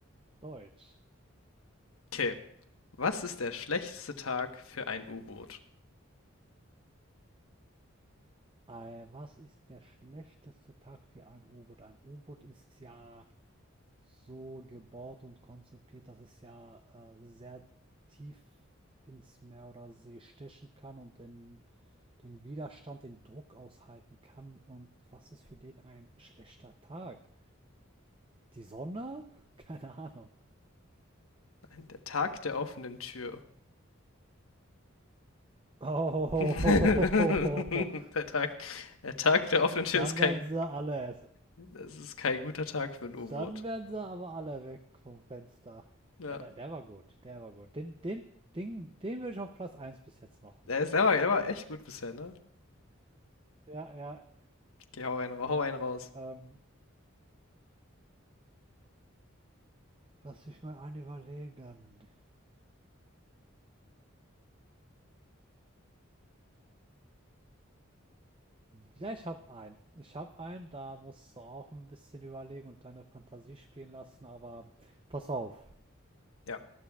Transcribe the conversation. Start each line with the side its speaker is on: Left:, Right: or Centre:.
Right: Deutsch.
Left: Okay. Was ist der schlechteste Tag für ein U-Boot?
Right: Äh, was ist der schlechteste Tag für ein U-Boot? Ein U-Boot ist ja so gebaut und konzipiert, dass es ja äh, sehr tief ins Meer oder See stechen kann und den, den Widerstand, den Druck aushalten kann. Und was ist für den ein schlechter Tag? Die Sonne? <laughs> Keine Ahnung.
Left: Nein, der Tag der offenen Tür.
Right: Oh,
Left: <laughs> Der Tag, der Tag der offenen
Right: <laughs>
Left: Tür
Right: dann
Left: ist kein
Right: werden sie alle
Left: Das ist kein guter Tag für ein U-Boot.
Right: Dann werden sie aber alle weg vom Fenster.
Left: Ja.
Right: Ja, der, der war gut, der war gut. Den, den, den, den würde ich auf Platz eins bis jetzt machen.
Left: Er ist aber, er war echt gut bisher, ne?
Right: Ja, ja,
Left: Okay, hau einen, ra- hau einen raus.
Right: ähm, lass mich mal einen überlegen. Ja, ich hab einen. Ich hab einen, da musst du auch ein bisschen überlegen und deine Fantasie spielen lassen, aber pass auf.
Left: Ja.